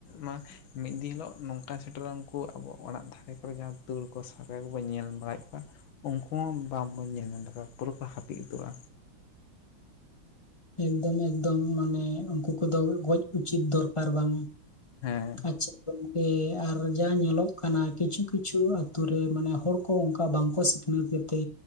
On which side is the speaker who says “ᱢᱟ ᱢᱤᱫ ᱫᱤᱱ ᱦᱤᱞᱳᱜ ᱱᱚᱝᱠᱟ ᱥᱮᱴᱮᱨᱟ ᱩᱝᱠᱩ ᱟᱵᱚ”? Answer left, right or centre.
Left